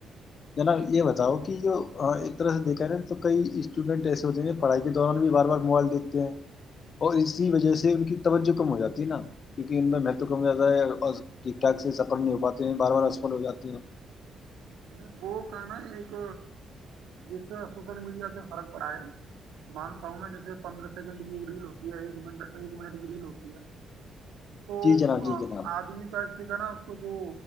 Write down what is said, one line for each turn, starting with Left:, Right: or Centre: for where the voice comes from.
Left: جناب یہ بتاؤ کہ جو ایک طرح سے دیکھا ہے نا تو کئی اسٹوڈنٹ ایسے ہوتے ہیں جو پڑھائی کے دوران بھی بار بار موبائل دیکھتے ہیں اور اسی وجہ سے ان کی توجہ کم ہو جاتی ہے نا کیونکہ ان میں مہتو کم ہو جاتا ہے اور ٹھیک ٹھاک سے سفر نہیں ہو پاتے ہیں بار بار اسپل ہو جاتے ہیں
Right: میں وہ کا نا ایک جس سوشل میڈیا سے فرق پڑا ہے مانتا ہوں میں جیسے پندرہ سیکنڈ کی ایک ریل ہوتی ہے ایک مٹ ایک منٹ کی ریل ہوتی ہے <unintelligible> تو
Left: جی جناب جی جناب
Right: آدمی کا <unintelligible> کہ نا اس کو جو